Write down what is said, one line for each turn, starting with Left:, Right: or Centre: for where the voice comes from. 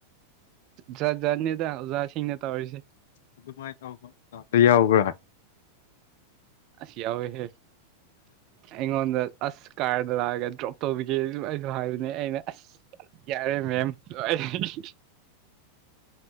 Right: ꯖꯥꯠ ꯖꯥꯠꯅꯦꯗ ꯑꯣꯖꯥꯁꯤꯡꯅ ꯇꯧꯔꯤꯁꯤ
Left: ꯑꯗꯨꯃꯥꯏꯅ ꯇꯧꯕꯗꯣ ꯌꯥꯎꯕ꯭ꯔꯥ
Right: ꯑꯁ ꯌꯥꯎꯑꯦꯍꯦ ꯑꯩꯉꯣꯟꯗ ꯑꯁ ꯀꯥꯔꯗ ꯂꯒꯦ ꯗ꯭ꯔꯣꯞ ꯇꯧꯕꯤꯒꯦꯁꯨ ꯑꯩꯁꯨ ꯍꯥꯏꯕꯅꯦ ꯑꯩꯅ ꯑꯁ ꯌꯥꯔꯦ ꯃꯦꯝ ꯑꯩ